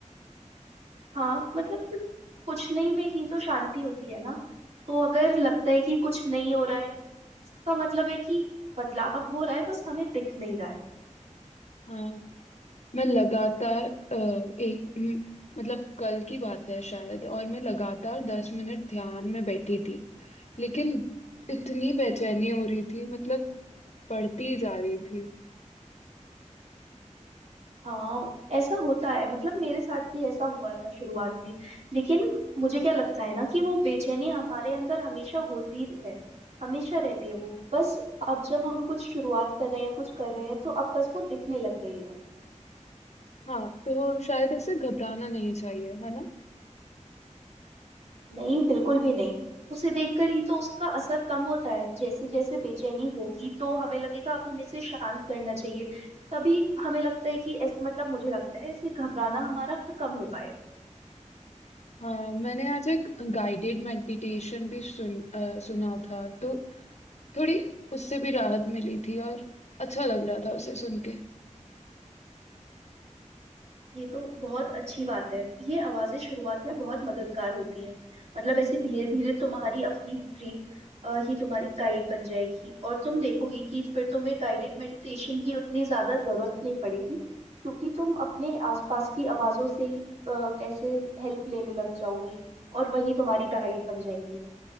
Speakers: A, on the right (about 60°); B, on the left (about 60°).
A: हाँ मतलब क्योंकि कुछ नहीं में ही तो शांति होती है ना तो अगर लगता है कि कुछ नहीं हो रहा है इसका मतलब है कि बदलाव हो रहा है बस हमें दिख नहीं रहा है
B: हाँ मैं लगातार अ, एक म, मतलब कल की बात है शायद और मैं लगातार दस मिनट ध्यान में बैठी थी लेकिन इतनी बेचैनी हो रही थी मतलब पढ़ती ही जा रही थी
A: हाँ ऐसा होता है मतलब मेरे साथ भी ऐसा हुआ था शुरुआत में लेकिन मुझे क्या लगता है ना कि वो बेचैनी हमारे अंदर हमेशा होती है हमेशा रहती है वो बस अब जब हम कुछ शुरुआत कर रहे हैं कुछ कर रहे हैं तो अब बस वो दिखने लग गई है
B: हाँ तो शायद ऐसे घबराना नहीं चाहिए है ना
A: नहीं बिल्कुल भी नहीं उसे देखकर ही तो उसका असर कम होता है जैसे जैसे बेचैनी होगी तो हमें लगेगा अब हमें इसे शांत करना चाहिए तभी हमें लगता है कि ऐस- मतलब मुझे लगता है इसे घबराना हमारा कम हो पाएगा
B: हाँ मैंने आज एक गाइडेड मेडिटेशन भी सुन अ, सुना था तो थोड़ी उससे भी राहत मिली थी और अच्छा लग रहा था उसे सुन के
A: ये तो बहुत अच्छी बात है ये आवाजें शुरुआत में बहुत मददगार होती हैं मतलब ऐसे धीरे धीरे तुम्हारी अपनी ब्रीथ ही तुम्हारी गाइड बन जाएगी और तुम देखोगी कि फिर तुम्हें गाइडेड मेडिटेशन की उतनी ज्यादा जरूरत नहीं पड़ेगी क्योंकि तुम अपने आसपास की आवाजों से ही अ, ऐसे हेल्प लेने लग जाओगी और वही तुम्हारी गाइड बन जाएंगी